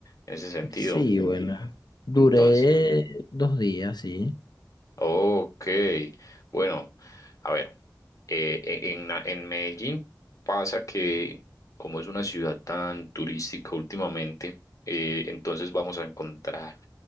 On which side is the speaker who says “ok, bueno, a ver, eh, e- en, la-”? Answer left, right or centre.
Left